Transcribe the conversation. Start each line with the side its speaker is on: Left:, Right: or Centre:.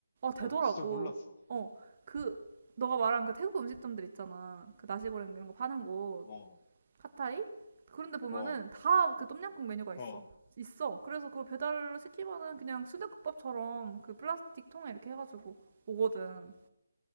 Right: 되더라고
Left: 아, 나 진짜 몰랐어.
Right: 어 그 너가 말한 그 태국 음식점들 있잖아 그 나시고랭 이런 거 파는 곳
Left: 어,
Right: 파타이 그런데 보면은
Left: 어,
Right: 다 그 똠양꿍 메뉴가 있어
Left: 어.
Right: 있어 그래서 그걸 배달로 시키면은 그냥 순댓국밥처럼 그 플라스틱 통에 이렇게 해가지고 오거든